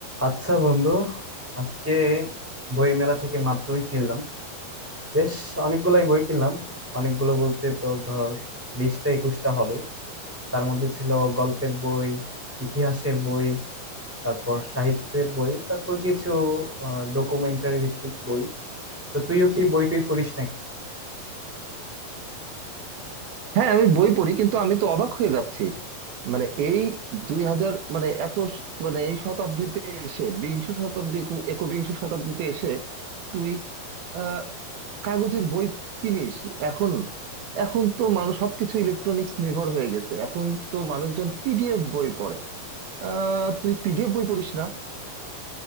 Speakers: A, in the centre; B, on the right.
A: আচ্ছা বন্ধু আজকে বই মেলা থেকে মাত্রই ফিরলাম বেশ অনেকগুলাই বই কিনলাম অনেকগুলো বলতে তোর ধর বিশটা একুশটা হবে তার মধ্যে ছিল গল্পের বই ইতিহাসের বই তারপর সাহিত্যের বই তারপর কিছু ডকুমেন্টারি ভিত্তিক বই তো তুইও কি বই টই পড়িস নাকি
B: হ্যাঁ আমি বই পড়ি কিন্তু আমি তো অবাক হয়ে যাচ্ছি মানে এই দুই হাজার মানে এত স- মানে এই শতাব্দীতে এসে বিংশ শতাব্দী একু- একবিংশ শতাব্দীতে এসে তুই আহ কাগজের বই কিনিস এখন এখন তো মানুষ সবকিছু ইলেকট্রনিক্স নির্ভর হয়ে গেছে এখন তো মানুষজন পিডিএফ বই পড়ে আহ তুই পিডিএফ বই পড়িস না